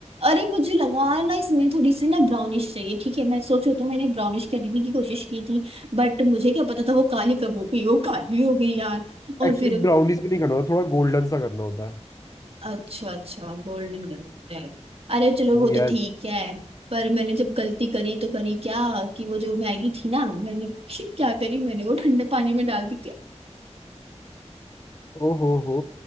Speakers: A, on the right; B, on the left.
A: अरे मुझे लगा ना इसमें थोड़ी सी ना ब्राउनिश चाहिए ठीक है मैं सोचो तो मैंने ब्राउनिश करने की कोशिश की थी बट मुझे क्या पता था वो काली कब हो गई वो काली हो गई यार और
B: एक्चुअली
A: फिर
B: ब्राउनिश भी नहीं करना होता थोड़ा गोल्डन सा करना होता
A: अच्छा अच्छा गोल्डन कलर है अरे चलो वो
B: है
A: तो
B: यस
A: ठीक है पर मैंने जब गलती करी तो करी क्या कि वो जो मैगी थी ना मैंने <laughs> क्या करी मैंने वो ठंडे पानी में डाल दी थी।
B: ओ हो हो